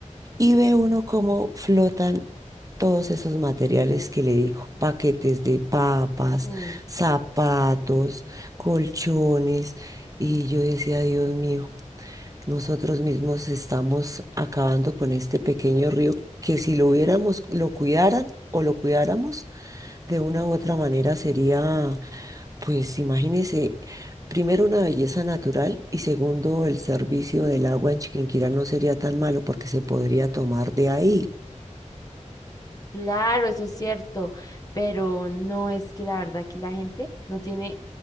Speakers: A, on the right; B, on the left.
A: Y ve uno cómo flotan todos esos materiales que le digo, paquetes de papas,
B: Mm,
A: zapatos, colchones. Y yo decía, Dios mío. Nosotros mismos estamos acabando con este pequeño río que si lo hubiéramos, lo cuidaran o lo cuidáramos de una u otra manera sería, pues imagínese, primero una belleza natural y segundo el servicio del agua en Chiquinquirá no sería tan malo porque se podría tomar de ahí.
B: Claro, eso es cierto, pero no es que la verdad aquí la gente no tiene,